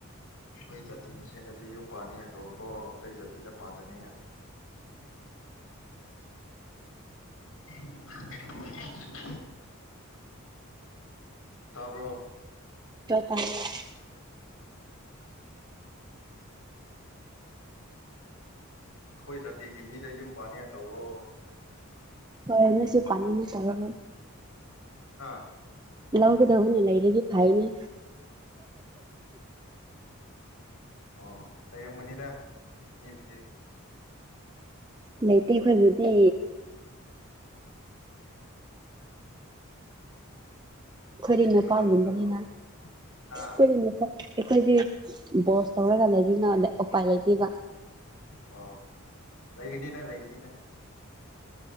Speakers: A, on the left; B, on the right.
A: ꯑꯩꯈꯣꯏ ꯖꯥꯇꯤ ꯃꯁꯦꯟꯗꯗꯤ ꯌꯨꯝ ꯄꯥꯟꯅꯤꯡꯉꯥꯏ ꯇꯧꯀꯣ ꯑꯇꯩ ꯖꯥꯇꯤꯗ ꯄꯥꯟꯗꯅꯤꯡꯉꯥꯏ꯫ <unintelligible> <inaudible> <unintelligible> ꯇꯥꯕ꯭ꯔꯣ
B: ꯍꯣꯏ ꯇꯏꯌꯦ꯫
A: ꯑꯩꯈꯣꯏ ꯖꯥꯇꯤꯒꯤ ꯃꯤꯗ ꯌꯨꯝ ꯄꯥꯅꯤꯡꯉꯥꯏ ꯇꯧꯋꯣ꯫
B: ꯍꯣꯏ
A: ꯇ꯭ꯔꯦꯅꯤꯡꯒꯨꯝꯕ
B: <unintelligible> ꯁꯨ ꯄꯅꯤꯡꯇꯕ꯫
A: ꯍꯥꯥ
B: ꯂꯧꯒꯗꯧꯅ ꯂꯩꯔꯗꯤ ꯐꯩꯅꯦ
A: ꯑꯣ ꯂꯩꯔꯝꯒꯅꯤꯗ ꯃꯤꯕꯨꯗꯤ
B: ꯂꯩꯇꯦ ꯑꯩꯈꯣꯏꯕꯨꯗꯤ ꯈꯣꯏꯔꯤ
A: ꯍꯧꯖꯤꯛꯀꯤ
B: ꯅꯨꯄꯥꯒꯨꯝꯕꯅꯤꯅ
A: ꯃꯇꯝꯗꯕꯨ ꯍꯥ
B: ꯈꯣꯏꯗꯤ ꯅꯨꯄꯥ ꯑꯩꯈꯣꯢꯗꯤ ꯕꯣꯁ ꯇꯧꯔꯒꯂꯩ ꯅꯗ ꯎꯄꯥꯏ ꯂꯩꯇꯦꯕ
A: ꯑꯣ ꯂꯩꯒꯅꯤꯗ ꯂꯩꯒꯅꯤꯗ